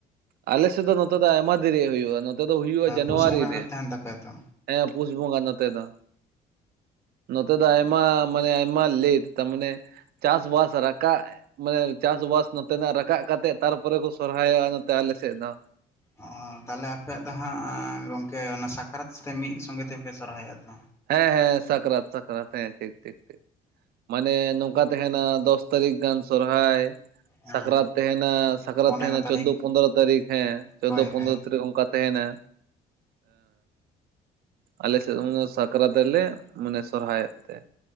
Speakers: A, on the right (about 65°); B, on the left (about 15°).
A: ᱟᱞᱮ ᱥᱮᱫ ᱫᱚ ᱱᱚᱛᱮ ᱫᱚ ᱟᱭᱢᱟ ᱫᱮᱨᱤ ᱦᱩᱭᱩᱜᱼᱟ ᱱᱚᱛᱮ ᱫᱚ ᱦᱩᱭᱩᱜᱼᱟ ᱡᱟᱱᱩᱭᱟᱨᱤ
B: ᱯᱩᱥ ᱵᱚᱸᱜᱟ
A: ᱨᱮ᱾
B: ᱦᱩᱭᱩᱜ ᱛᱟᱦᱮᱱ ᱛᱟᱯᱮᱭᱟ ᱛᱚ
A: ᱦᱮᱸ ᱯᱩᱥ ᱵᱚᱸᱜᱟ ᱱᱚᱛᱮ ᱫᱚ᱾ ᱱᱚᱛᱮ ᱫᱚ ᱟᱭᱢᱟ ᱢᱟᱱᱮ ᱟᱭᱢᱟ ᱞᱮᱴ ᱛᱟᱨᱢᱟᱱᱮᱼᱼ ᱪᱟᱥ ᱵᱟᱥ ᱨᱟᱠᱟᱵ ᱢᱟᱱᱮ ᱪᱟᱥᱵᱟᱥ ᱱᱚᱛᱮᱱᱟᱜ ᱨᱟᱠᱟᱵ ᱠᱟᱛᱮᱜ ᱛᱟᱨᱯᱚᱨᱮ ᱠᱚ ᱥᱚᱨᱦᱟᱹᱭᱚᱜᱼᱟ᱾ ᱱᱚᱼᱼ ᱟᱞᱮ ᱥᱮᱫ ᱫᱚ᱾
B: ᱚ ᱛᱟᱦᱚᱞᱮ ᱟᱯᱮᱭᱟᱜ ᱫᱚ ᱦᱟᱸᱜ ᱜᱚᱝᱠᱮ ᱚᱱᱟ ᱥᱟᱠᱨᱟᱹᱛ ᱨᱮ ᱢᱤᱫ ᱥᱚᱸᱜᱮ ᱛᱮᱯᱮ ᱥᱚᱨᱦᱟ‌ᱭᱚᱜᱼᱟ ᱛᱚ?
A: ᱦᱮᱸ ᱦᱮᱸ ᱥᱟᱠᱨᱟᱹᱛ ᱥᱟᱠᱨᱟᱹᱛ ᱦᱮᱸ ᱴᱷᱤᱠ ᱴᱷᱤᱠ ᱴᱷᱤᱠ, ᱢᱟᱱᱮ ᱱᱚᱝᱠᱟ ᱛᱟᱦᱮᱱᱟ ᱫᱚᱥ ᱛᱟᱹᱨᱤᱠᱷ ᱜᱟᱱ ᱥᱚᱨᱦᱟᱭ᱾
B: ᱦᱮᱸ
A: ᱥᱟᱠᱨᱟᱛ ᱛᱟᱦᱮᱱᱟ ᱥᱟᱠᱨᱟᱛ
B: ᱯᱚᱱᱮᱨᱚ
A: ᱛᱟᱦᱮᱱᱟ
B: ᱛᱟᱹᱨᱤᱠᱷ
A: ᱪᱳᱫᱳ ᱯᱚᱫᱨᱚ ᱛᱟᱹᱨᱤᱠᱷ ᱦᱮᱸ ᱪᱳᱫᱳ
B: ᱦᱳᱭ
A: ᱯᱚᱸᱫᱽᱨᱚ
B: ᱦᱳᱭ
A: ᱛᱟᱹᱨᱤᱠᱷ ᱚᱱᱠᱟᱼᱼ ᱛᱟᱦᱮᱱᱟ ᱟᱞᱮ ᱥᱮᱫ ᱦᱚᱸ ᱥᱟᱠᱨᱟᱛᱼᱼ ᱥᱟᱠᱨᱟᱛ ᱞᱮ ᱢᱟᱱᱮ ᱥᱚᱨᱦᱟᱭᱚᱜ ᱛᱮ᱾